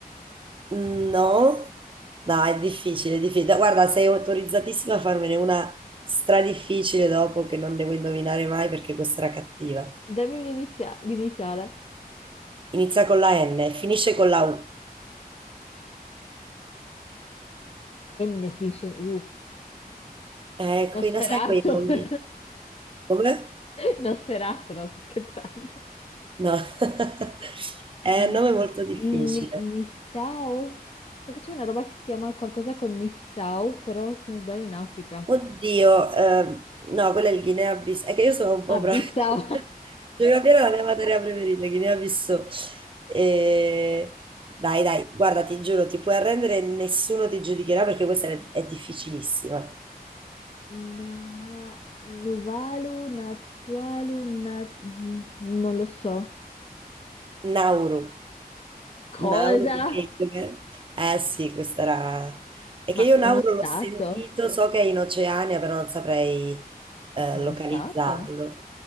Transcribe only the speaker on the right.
No, dai, è difficile, è difficile. Guarda, sei autorizzatissima a farmene una stradifficile dopo che non devo indovinare mai perché questa era cattiva.
Inizia con la N, e finisce con la U.
Eh,
qui non sai quei nomi.
Come?
No. <laughs> È
un nome molto difficile.
Oddio, ehm, no, quella è il Guinea-Bissau. È che io sono un po'
brava. <laughs> Geografia era la mia materia preferita, Guinea-Bissau. E- Dai, dai, guarda, ti giuro, ti puoi arrendere, e nessuno ti giudicherà perché questa è, è difficilissima.
Nauru.
Nauro perché io- eh sì, questa era... È
che io
Nauro
l'ho sentito, so che è in Oceania, però non saprei eh,
localizzarlo.